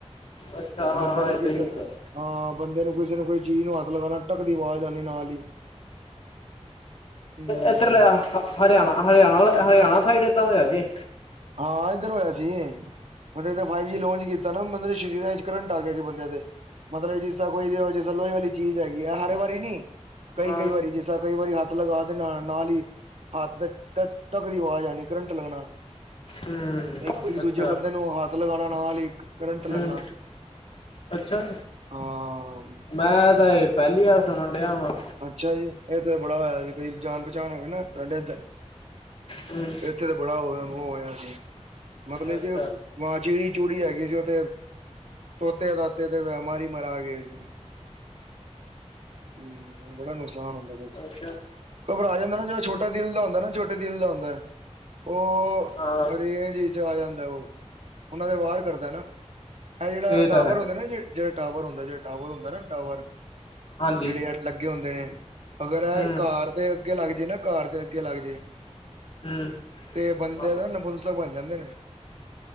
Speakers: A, on the left; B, on the right.
A: ਅੱਛਾ ਹਾਂ
B: ਬੰਦੇ
A: ਹਾਂ
B: ਨੂੰ
A: ਇਦਾਂ
B: ਕਿਸੇ
A: ਹੀ
B: ਨੂੰ,
A: ਹੁੰਦਾ
B: ਆ ਬੰਦੇ ਨੂੰ ਕਿਸੇ ਨੂੰ ਕੋਈ ਚੀਜ ਨੂੰ ਹੱਥ ਲਗਾਣਾ ਟੱਕ ਦੀ ਆਵਾਜ ਆਨੀ ਨਾਲ ਈ। ਹੂੰ
A: ਏਧਰ ਲੇਆ ਹਰੇਆਣਾ, ਹਰੇਆਣਾ, ਹਰੇਆਣਾ ਸਾਈਡ ਐਦਾਂ ਹੋਏਆ ਸੀ?
B: ਹਾਂ, ਇੱਧਰ ਹੋਏਆ ਸੀ। ਮਤਲਬ ਤਾਂ ਫਾਈਵ ਜੀ ਲਾਂਚ ਕੀਤਾ ਨਾ ਓਨੇ ਦੇ ਸ਼੍ਰੀ ਰਾਜ ਚ ਕਰੰਟ ਆ ਗਿਆ ਸੀ ਬੰਦਿਆਂ ਤੇ। ਮਤਲਬ ਜਿਸ ਤਰ੍ਹਾਂ ਕੋਈ ਵੀ <unintelligible> ਲੋਹੇ ਵਾਲੀ ਚੀਜ਼ ਹੈਗੀ ਐ ਹਰੇ ਵਾਰੀ ਨੀ। ਕਈ
A: ਹਾਂ
B: ਕਈ ਵਾਰੀ ਜਿਸ ਤਰ੍ਹਾਂ ਕਈ ਵਾਰੀ ਹੱਥ ਲਗਾ ਦੇ ਨਾਲ ਨਾਲ ਈ ਹੱਥ ਤੇ ਟਕ ਟਕ ਦੀ ਆਵਾਜ਼ ਆ ਕਰੰਟ ਲੱਗਣਾ।
A: ਹੂੰ
B: ਇੱਕ ਇੱਕ ਦੂਜੇ
A: ਅੱਛਾ
B: ਬੰਦੇ ਨੂੰ ਹੱਥ ਲਗਾਣਾ ਨਾਲ ਈ ਕਰੰਟ ਲੱਗਣਾ।
A: ਹੂੰ ਅੱਛਾ,
B: ਹਾਂ
A: ਮੈਂ ਤਾਂ ਏ ਪਹਿਲੀ ਵਾਰ ਸੁਣਨ ਡਿਆ ਵਾ।
B: ਅੱਛਾ ਜੀ, ਏ ਤੇ ਬੜਾ ਕੋਈ ਜਾਣ ਪਹਿਚਾਣ ਹੋਵੇ ਨਾ ਸਾਡੇ ਇੱਧਰ
A: ਹੂੰ।
B: ਇੱਥੇ ਤੇ ਬੜਾ ਓ ਓ ਹੋਇਆ ਸੀ। ਮਤਲਬ
A: ਅੱਛਾ
B: ਕਿ ਵਾਂ ਚਿੜੀ ਚੂੜੀ ਹੈਗੀ ਜੀ ਓਥੇ। ਤੋਤੇ ਤਾਤੇ ਤੇ ਬੈਮ ਈ ਮਰਾ ਗੇ ਸੀ। ਹੂੰ, ਬੜਾ ਨੁਕਸਾਨ ਹੁੰਦਾ ਪਿਆ ਸੀ।
A: ਅੱਛਾ
B: ਘਬਰਾ ਜਾਂਦਾ ਨਾ ਜਿਹੜਾ ਛੋਟੇ ਦਿਲ ਦਾ ਹੁੰਦਾ ਨਾ ਛੋਟੇ ਦਿਲ ਦਾ ਹੁੰਦਾ। ਓ
A: ਹਾਂ
B: ਰੇਂਜ ਵਿੱਚ ਆ ਜਾਂਦਾ ਓ ਉਹਨਾਂ ਤੇ ਵਾਰ ਕਰਦਾ ਨਾ। ਐ ਜਿਹੜਾ
A: ਇਹ ਤਾਂ
B: ਟਾਵਰ
A: ਹੈ
B: ਹੁੰਦੇ ਨਾ ਜ ਜਿਹੜੇ ਟਾਵਰ ਹੁੰਦਾ ਜਿਹੜਾ ਟਾਵਰ ਹੁੰਦਾ ਨਾ ਟਾਵਰ
A: ਹਾਂਜੀ
B: ਜਿਹੜੇ ਐ ਲੱਗੇ ਹੁੰਦੇ ਨੇ, ਅਗਰ ਏ
A: ਹੂੰ
B: ਘਰ ਦੇ ਅੱਗੇ ਲੱਗ ਜੇ ਨਾ ਘਰ ਦੇ ਅੱਗੇ ਲੱਗ ਜੇ।
A: ਹੂੰ।
B: ਏ ਬੰਦੇ
A: ਹੂੰ
B: ਦਾ ਨਪੁੰਸਕ ਬਣ ਜਾਂਦੇ ਨੇ।